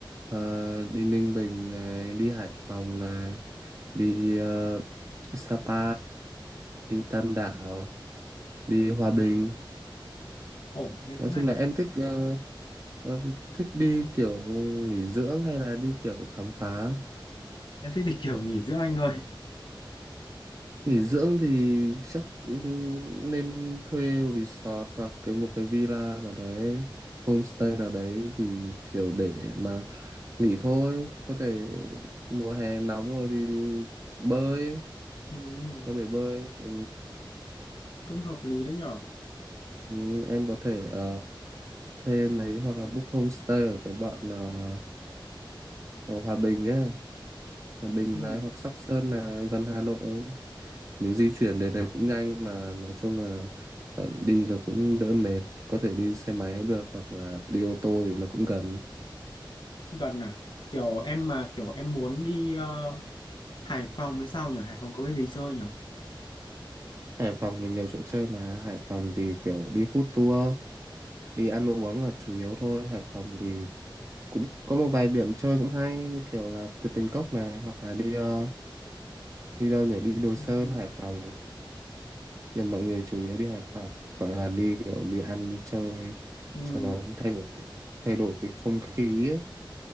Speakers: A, on the right; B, on the left.
A: ờ, đi Ninh Bình này, đi Hải Phòng này, đi ờ, Sapa, đi Tam Đảo, đi Hòa Bình.
B: Ồ, nên
A: Nói
B: cũng hay
A: chung
B: nhỉ.
A: là em thích ờ, ờ, thích đi kiểu nghỉ dưỡng hay là đi kiểu khám phá?
B: Em thích đi kiểu nghỉ dưỡng anh ơi.
A: Nghỉ dưỡng thì chắc cũng nên thuê resort hoặc cái một cái villa nào đấy, homestay nào đấy thì kiểu để mà nghỉ thôi. Có thể mùa hè nóng rồi thì bơi,
B: Ừ,
A: có bể bơi. Ừ,
B: cũng hợp lý đấy nhở.
A: ừ, em có thể ờ, thuê mấy hoặc là book homestay ở cái bọn ờ, ở Hòa Bình ấy, Hòa Bình
B: Ừ,
A: này hoặc Sóc Sơn này gần Hà Nội. mình di chuyển đến đấy cũng nhanh mà nói chung là ờ, đi nó cũng đỡ mệt có thể đi xe máy được hoặc là đi ô tô thì nó cũng gần
B: gần à? Kiểu em mà kiểu em muốn đi ờ, Hải Phòng hay sao nhỉ? Hải Phòng có cái gì chơi nhỉ?
A: Hải Phòng thì nhiều chỗ chơi mà Hải Phòng thì kiểu đi food tour đi ăn uống là chủ yếu thôi Hải Phòng thì cũng có một vài điểm chơi cũng hay như kiểu là Tuyệt Tình Cốc này hoặc là đi ờ, đi đâu nhỉ đi Đồi
B: Ừ.
A: Sơn Hải Phòng nhưng mọi người chủ yếu đi Hải Phòng phải là đi kiểu đi ăn đi chơi
B: Ừ.
A: cho nó thay đổi thay đổi cái không khí ấy.